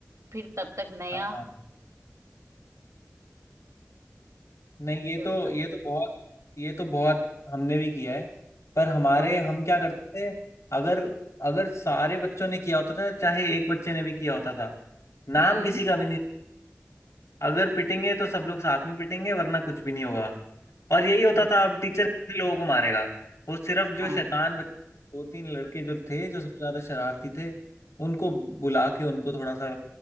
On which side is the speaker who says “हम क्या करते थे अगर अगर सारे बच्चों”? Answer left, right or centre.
Left